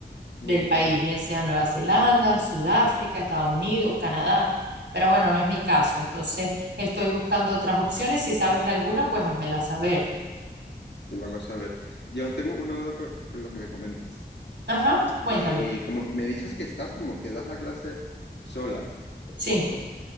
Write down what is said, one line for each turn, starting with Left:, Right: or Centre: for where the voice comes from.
Right: del
Left: ujú,
Right: país, bien sea Nueva Zelanda, Sudáfrica, Estados Unidos, Canadá. Pero bueno, no es mi caso. Entonces, estoy buscando otras opciones. Si sabes de alguna, pues házmela saber.
Left: te lo hago saber. Yo tengo una duda con, con lo que me comentas.
Right: Ajá, cuéntame.
Left: Eh, como me dices que estás como que das la clase sola, eh,
Right: Sí.
Left: por- co-